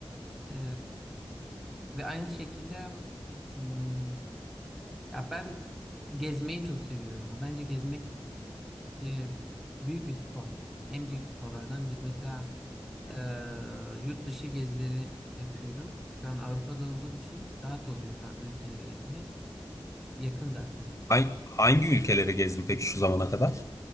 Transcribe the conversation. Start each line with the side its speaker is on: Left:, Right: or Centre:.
Centre: Eee, ve aynı şekilde hmm, ya ben gezmeyi çok seviyorum. Bence gezmek de büyük bir spor. En büyük sporlardan biri. Mesela ee, yurt dışı gezileri yapıyorum. Şu an Avrupa'da olduğum için rahat oluyor farklı ülkeleri gezmek. Yakın zaten
Left: Ben
Centre: çok.
Left: hangi ülkeleri gezdin peki şu zamana kadar?